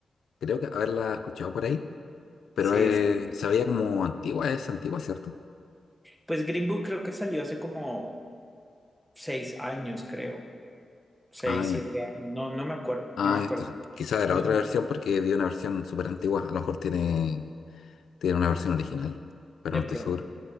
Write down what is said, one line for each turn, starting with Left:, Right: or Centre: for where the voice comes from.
Left: creo que haberla escuchado por ahí, pero
Centre: Sí,
Left: eh,
Centre: es-
Left: se veía como antigua, es antigua, ¿cierto?
Centre: pues Green Book creo que salió hace como seis años, creo. Seis,
Left: Ah, ya.
Centre: siete años. No, no me acuerdo,
Left: Ah,
Centre: no me acuerdo.
Left: esto quizás era
Centre: No,
Left: otra versión porque vi una versión súper antigua, a lo mejor tiene, tiene una versión original, pero
Centre: de
Left: no
Centre: pronto.
Left: estoy seguro.